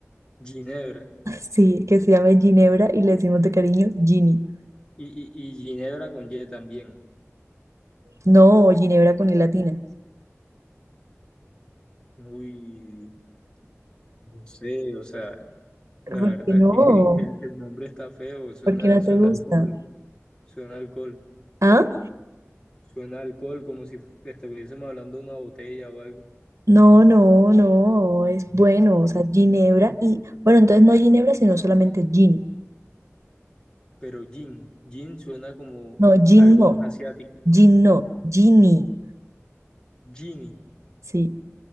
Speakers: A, on the left; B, on the right.
A: Ginebra.
B: <laughs> Sí, que se llame Ginebra y le decimos de cariño Ginny.
A: Y, y, y Ginebra con Y también.
B: No, Ginebra con i latina.
A: Uy, no sé, o sea, la
B: ¿Por
A: verdad
B: qué no?
A: es que <laughs> el, el nombre está feo, suena,
B: ¿Por qué no
A: suena
B: te gusta?
A: a alcohol, suena a alcohol,
B: ¿Ah?
A: suena a alcohol como si fu- estuviésemos hablando de una botella o algo.
B: No, no, no, es bueno,
A: Y-
B: o sea, Ginebra y, bueno, entonces no Ginebra, sino solamente Ginny.
A: Pero gin, gin suena como
B: No, Gin
A: algo
B: no,
A: más asiático.
B: Gin no, Ginny.
A: Gin.
B: Sí.